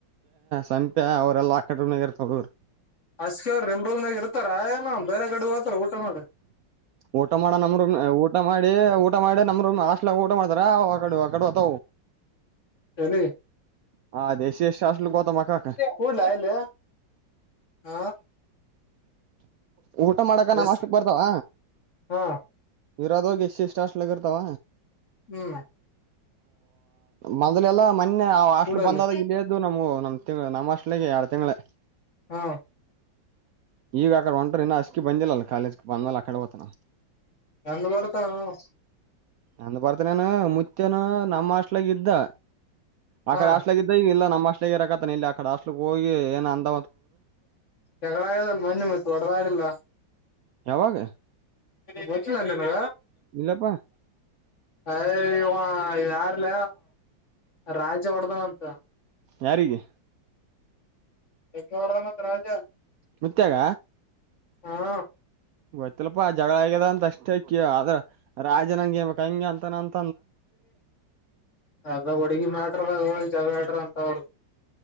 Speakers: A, on the right (about 80°); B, on the left (about 40°).
A: ಸಂಪ್ಯಾ ಅವರ ಎಲ್ಲ ಲ ಆಕಡಗರ ಥೋಡ
B: ಅಷ್ಟಕ ಅವ್ ರೆಮ್ ರೂಮದಾಗ ಇರ್ತಾರ ಆಯನ ಬೇರೆ ಕಡೆ ಹೋಗತಾರ ಊಟ ನೋಡ
A: ಊಟ ಮಾಡ ನಮ್ರರು ಊಟ ಮಾಡಿ ಊಟ ಮಾಡಿ ನಮರು ಅಷ್ಟಲ ಊಟ ಮಾಡ್ರ ಕ ಆ ಕುವತ
B: ನ
A: ಹಾ ದಸಿ ಎಷ್ಟ ಅಷ್ಟಲು ಗತ ಮಕ್ಕಕ
B: ಕೂಡ್ಲಾ ಇಲ್ಲಿ ಹ
A: ಊಟ ಮಾಡಕ ನಮ್ಮ್
B: ಎಸ್
A: ಅಷ್ಟಕ್ ಬರ್ತಾವ
B: ಹಾ
A: ಇರೋದ ಹೋಗಿ ಸ್ಟ ಲಗತಾವ
B: ಹ್ಮ್
A: ಮೊದ್ಲೆಲ್ಲಾ ಮೊನ್ನೆ ಆ ಹಾಸ್ಟ್ಲ್
B: ಕೂಡಲ್ಲಿ
A: ಬಂದಾದಗ ಇಲ್ಲ್ದು ನಮ ನಮ್ದ ತಿಂ ನಮ್ಮ ಹಾಸ್ಟೆಲ್ ಎರಡು ತಿಂಗಳು
B: ಹಾ
A: ಈಗ ಆ ಕಡೆ ಒಂಟ್ರ ಇನ್ನು ಅಸ್ಕ ಬಂದಿಲ್ಲ ಅಲ್ಲ ಕಾಲೇಜ್ ಬಂದ ಮೇಲೆ ಆ ಕಡೆ ಹ್ನ
B: ಎಂತ ಪರತ <inaudible>
A: ನಂದ್ ಬರ್ತನೇನ ಮುಚ್ಚನು ನಮ್ಮ ಹಾಸ್ಟೆಲ್ ನಾಗ ಇದ್ದ ಆ
B: ಹಾ
A: ಕಡೆ ಹಾಸ್ಲಾಗ ಇದ್ದ ಈಗ ಇಲ್ಲ ನಮ್ಮ ಅಸ್ಲಗ ಇರಕತಾನ ಇಲ್ಲಿ ಆ ಕ ಹಸ್ಟ್ಲಿಕ್ ಹೋಗಿ ಏನ್ ಅಂದ
B: ಜಗಳ ಆಗದಲ್ ಮೊನೆ ಮ ಒಡದಾಡಲ್ಲ
A: ಯಾವಾಗ
B: ಗಚ್ಚಿಲ್ಲಟನಗ
A: ಇಲ್ಲಪ್ಪಾ
B: ಹ ಹ ಯಾರ್ಲ ರಾಜ ಹೊಡದನಂತ
A: ಯಾರಿಗೆ
B: ಯಕ ಹೊಡ್ದ ಮತ್ ರಾಜ
A: ಮತ್ಯಾಗ
B: ಹಾ
A: ಗೊತ್ತಲ್ಪಾ ಜಗಳ ಆಗ್ಯದ ಅಂತ ಅಷ್ಟೇ ಕ ಆದ್ರ ರಾಜನಂಗೆಂಗೆ ಅಂತ ನಂತ
B: ಆಗ ಹುಡುಗಿ ಮಾಡ್ಯಾರಿ ಜಗ ಹಡ್ರಂತ ಹ